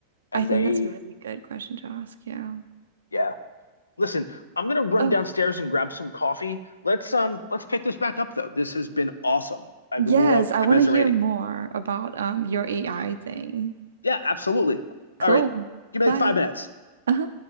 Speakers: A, on the left; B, on the right.
A: And
B: I think
A: they,
B: that's a really good question to ask. Yeah.
A: yeah. Listen, I'm gonna run
B: Oh,
A: downstairs and grab some coffee. Let's um let's pick this back up though. This has been awesome. I've
B: yes.
A: loved
B: I
A: commiserating.
B: want to hear more about um your AI thing.
A: Yeah, absolutely.
B: Cool.
A: All right. Give me
B: Bye.
A: like five minutes.
B: Uh-huh.